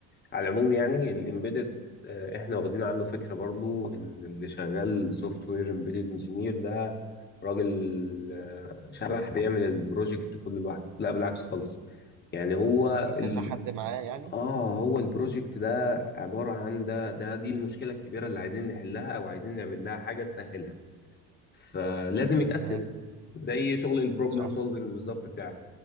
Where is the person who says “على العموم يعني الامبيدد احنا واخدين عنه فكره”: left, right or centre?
Left